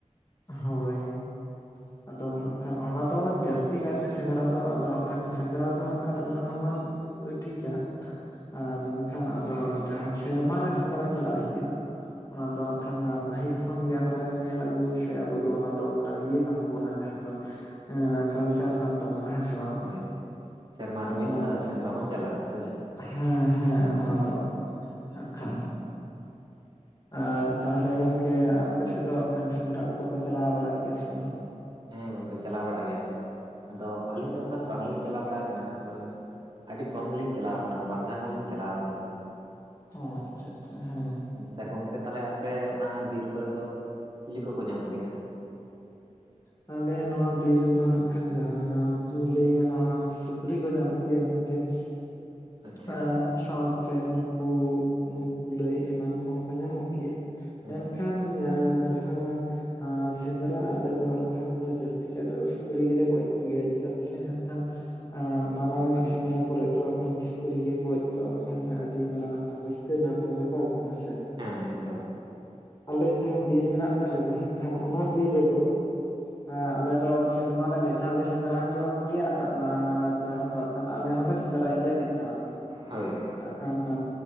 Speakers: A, on the left; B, on the right.
A: ᱦᱳᱭ᱾ ᱟᱫᱚ ᱦᱟᱸᱜ ᱠᱷᱟᱱ ᱚᱱᱟ ᱫᱚ ᱡᱟᱹᱥᱛᱤ ᱠᱟᱭᱛᱮ ᱥᱮᱸᱫᱽᱨᱟ ᱫᱚ ᱟᱫᱚ ᱠᱷᱟᱱ ᱥᱮᱸᱫᱽᱨᱟ ᱫᱚ ᱦᱟᱸᱜ ᱠᱷᱟᱱ ᱩᱱᱟᱹᱜ ᱦᱚᱸ ᱵᱟᱝ ᱴᱷᱤᱠᱟ, ᱟᱨ ᱢᱮᱱᱠᱷᱟᱱ ᱟᱫᱚ ᱡᱟᱦᱟᱸ ᱥᱮᱨᱢᱟ ᱨᱮ ᱥᱮᱸᱫᱽᱨᱟ ᱪᱟᱞᱟᱜ ᱦᱩᱭᱩᱜᱼᱟ᱾ ᱚᱱᱟ ᱫᱚ ᱦᱟᱸᱜ ᱠᱷᱟᱱ ᱯᱟᱹᱦᱤᱞ ᱠᱷᱚᱱ ᱜᱮ ᱚᱱᱟ ᱫᱚ ᱧᱮᱞ ᱟᱜᱩ ᱛᱮ ᱟᱵᱚ ᱫᱚ ᱚᱱᱟ ᱫᱚ ᱢᱤᱫᱴᱟᱝ ᱤᱭᱟᱹ ᱠᱟᱱ ᱛᱟᱵᱚᱱᱟ ᱡᱟᱦᱟᱸ ᱫᱚ ᱮᱸ ᱠᱟᱞᱪᱟᱨ ᱠᱟᱱ ᱛᱟᱵᱚᱱᱟ ᱦᱮᱸ ᱥᱮ ᱵᱟᱝ
B: ᱦᱳᱭ, ᱥᱮᱨᱢᱟ ᱨᱮ ᱢᱤᱫ
A: ᱚᱱᱟ
B: ᱫᱷᱟᱣ
A: ᱫᱚ
B: ᱥᱮᱸᱫᱽᱨᱟ ᱵᱚᱱ ᱪᱟᱞᱟᱜᱼᱟ ᱥᱮ ᱪᱮᱫ?
A: ᱦᱮᱸ ᱦᱮᱸ ᱚᱱᱟ ᱫᱚ ᱦᱟᱸᱜ ᱠᱷᱟᱱ᱾ ᱟᱨ ᱛᱟᱦᱚᱞᱮ ᱜᱚᱝᱠᱮ ᱟᱯᱮ ᱥᱮᱫ ᱫᱚ ᱦᱟᱸᱜ ᱠᱷᱟᱱ ᱥᱮᱸᱫᱽᱨᱟ ᱠᱚᱫᱚ ᱠᱚ ᱪᱟᱞᱟᱣ ᱵᱟᱲᱟᱜ ᱜᱮᱭᱟ ᱥᱮ ᱵᱟᱝ?
B: ᱦᱮᱸ ᱜᱚᱝᱠᱮ ᱪᱟᱞᱟᱣ ᱵᱟᱲᱟᱜ ᱜᱮᱭᱟ ᱠᱚ ᱟᱫᱚ ᱟᱹᱞᱤᱧ ᱫᱚ ᱚᱱᱠᱟ ᱫᱚ ᱵᱟᱝᱞᱤᱧ ᱪᱟᱞᱟᱣ ᱵᱟᱲᱟ ᱠᱟᱱᱟ᱾ ᱟᱸᱻ ᱟᱹᱰᱤ ᱠᱚᱢ ᱜᱮᱞᱤᱧ ᱪᱟᱞᱟᱣ ᱠᱟᱱᱟ ᱵᱟᱨ ᱫᱷᱟᱣ ᱜᱟᱱ ᱞᱤᱧ ᱪᱟᱞᱟᱣ ᱠᱟᱱᱟ᱾
A: ᱚ ᱟᱪᱪᱷᱟ ᱟᱪᱪᱷᱟ ᱦᱮᱸ᱾
B: ᱟᱪᱪᱷᱟ ᱜᱚᱝᱠᱮ ᱛᱟᱞᱦᱮ ᱟᱯᱮ ᱚᱱᱟ ᱵᱤᱨ ᱠᱚᱨᱮ ᱫᱚ ᱪᱤᱞᱤ ᱠᱚᱠᱚ ᱧᱟᱢᱚᱜ ᱜᱮᱭᱟ?
A: ᱟᱞᱮ ᱱᱚᱣᱟ ᱵᱤᱨ ᱨᱮᱫᱚ ᱦᱟᱸᱜ ᱠᱷᱟᱱ ᱡᱟᱦᱟᱸ ᱞᱟᱹᱭ ᱜᱟᱱᱚᱜᱼᱟ ᱥᱩᱠᱨᱤ ᱠᱚ ᱧᱟᱢᱚᱜ ᱜᱮᱭᱟ ᱜᱚᱝᱠᱮ᱾ <inaudible>
B: ᱟᱪᱪᱷᱟ
A: ᱟᱨ
B: ᱟᱪᱪᱷᱟ
A: ᱥᱟᱶᱛᱮ ᱱᱩᱠᱩ ᱩᱸ ᱠᱩᱞᱟᱹᱭ ᱮᱢᱟᱱ ᱠᱚᱦᱚᱸ ᱠᱚ ᱧᱟᱢᱚᱜ ᱜᱮᱭᱟ᱾ ᱢᱮᱱᱠᱷᱟᱱ
B: ᱦᱮᱸ
A: ᱡᱟᱦᱟᱸ ᱟᱸ ᱥᱮᱸᱫᱽᱨᱟ ᱟᱞᱮ ᱫᱚ ᱦᱟᱸᱜ ᱠᱷᱟᱱ ᱫᱚ ᱡᱟᱹᱥᱛᱤ ᱠᱟᱭ ᱛᱮᱫᱚ ᱥᱩᱠᱨᱤ ᱜᱮᱞᱮ ᱜᱚᱡ ᱠᱚᱜᱮᱭᱟ ᱪᱮᱫᱟᱜ ᱥᱮ ᱦᱟᱸᱜ ᱠᱷᱟᱱ ᱢᱟᱨᱟᱝ ᱧᱚᱜ ᱥᱮᱸᱫᱽᱨᱟ ᱠᱚᱨᱮᱜ ᱫᱚ ᱦᱟᱸᱜ ᱠᱷᱟᱱ ᱥᱩᱠᱨᱤ ᱜᱮ ᱜᱚᱡ ᱫᱚ ᱦᱟᱸᱜ ᱠᱷᱟᱱ ᱟᱹᱰᱤ ᱢᱟᱨᱟᱝᱟᱜ ᱨᱟᱹᱥᱠᱟᱹ ᱨᱮᱱᱟᱜ ᱢᱤᱫᱴᱟᱝ ᱵᱮᱯᱟᱨ ᱠᱟᱱᱟ ᱦᱮᱸ ᱥᱮ᱾
B: ᱦᱮᱸ ᱮᱠᱫᱚᱢ
A: ᱟᱞᱮ ᱡᱟᱦᱟᱸ ᱵᱤᱨ ᱢᱮᱱᱟᱜ ᱛᱟᱞᱮ ᱫᱚ ᱦᱟᱸᱜ ᱠᱷᱟᱱ ᱚᱱᱟ ᱵᱤᱨ ᱨᱮᱫᱚ ᱟᱸ ᱟᱞᱮ ᱫᱚ ᱥᱮᱨᱢᱟ ᱨᱮ ᱢᱤᱫ ᱫᱷᱟᱣ ᱞᱮ ᱥᱮᱸᱫᱽᱨᱟ ᱦᱚᱪᱚ ᱟᱠᱚ ᱜᱮᱭᱟ ᱟᱨ ᱟᱢᱟᱜ ᱡᱟᱦᱟᱸ ᱫᱚ ᱟᱨ ᱟᱞᱮ ᱦᱚᱸᱞᱮ ᱥᱮᱸᱫᱽᱨᱟᱭ ᱜᱮᱭᱟ ᱢᱤᱫ ᱫᱷᱟᱣ ᱜᱮ᱾
B: ᱦᱳᱭ
A: ᱦᱟᱸᱜ ᱠᱷᱟᱱ ᱟᱸ